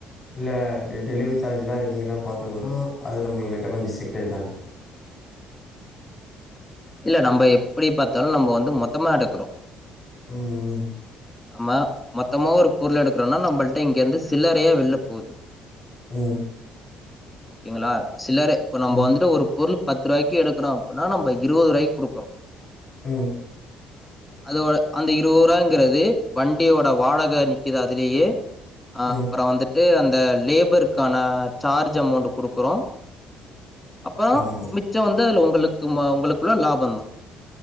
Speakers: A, on the left; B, on the left.
A: இல்ல ட டெலிவரி சார்ஜ்லா அது நீங்க தா பாத்துக்கனு அது நம்மளு லைட்டா கொஞ்சொ சிக்கல் தான
B: இல்ல நம்ப எப்பிடி பாத்தாலு நம்ம வந்து மொத்தமா எடுக்குறோ
A: ம் ம்
B: நம்ம மொத்தமா ஒரு பொருள் எடுக்குறோனா நம்பள்ட இங்கெருந்து சில்லறையா வெள்ல போது
A: ம்
B: ஓகேங்களா சில்லற இப்ப நம்ப
A: ம்
B: வந்துட்டு ஒரு பொருள் பத்து ருவாய்க்கு எடுக்குறோ அப்புன்னா நம்ப இருவது ருவாய்க்கு குடுக்குறோ
A: ம்
B: அதோட அந்த இருவ ருவாங்கிறது வண்டியோட வாடக நிக்கிது அதுலயே ஆ
A: ம்
B: அப்பற வந்து ட்டு அந்த லேபருக்கான சார்ஜ் அமௌண்ட்டு குடுக்குறோ அப்போ
A: ஆமா
B: மிச்ச வந் து அதுல உங்களுக்குமா உங்களுக்குல்ல லாபந்தா